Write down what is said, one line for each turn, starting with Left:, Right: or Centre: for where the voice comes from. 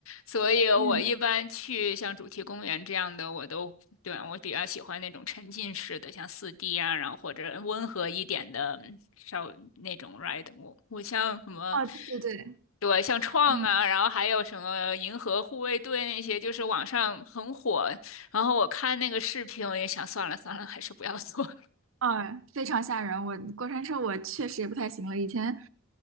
Left: 所以我一般去像主题公园这样的，
Right: 嗯，
Left: 我都，对，我比较喜欢那种沉浸式的，像四 d 啊，然后或者温和一点的，嗯稍那种 ride。我我像什么，
Right: 哦，对对对，
Left: 对，像创啊，
Right: 嗯，
Left: 然后还有什么银河护卫队那些，就是网上很火。然后我看那个视频，我也想算了算了，还是不要做。<laughs>
Right: 啊，非常吓人。我过山车我确实也不太行了，以前